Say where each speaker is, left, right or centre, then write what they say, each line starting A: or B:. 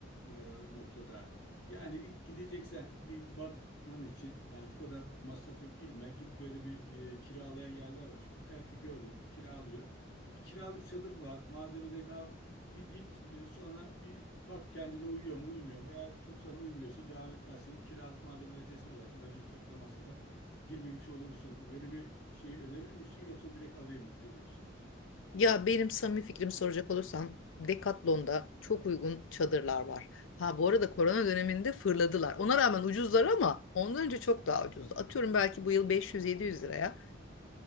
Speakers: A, on the left; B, on the left.
A: e, noktada. Yani ilk gideceksen bir bakman için yani bu kadar masrafa girme. Git böyle bir e, kiralayan yerler var. Çünkü internette gördüm kiralıyor. Bir kiralık çadır var. Malzemelerini al. Bir git e, sonra bir bak kendine uyuyor mu uymuyor mu. Eğer çok sana uymuyorsa devam etmezsin. Kiralık malzemeleri teslim edersin. Böylece çok da masrafa girmemiş olursun. Böyle bir şey önerir misin yoksa direkt alayım mı? Ne diyorsun?
B: Ya benim samimi fikrimi soracak olursan Decathlon'da çok uygun çadırlar var. Ha bu arada korona döneminde fırladılar. Ona rağmen ucuzlar ama ondan önce çok daha ucuzdu. Atıyorum belki bu yıl 500-700 liraya.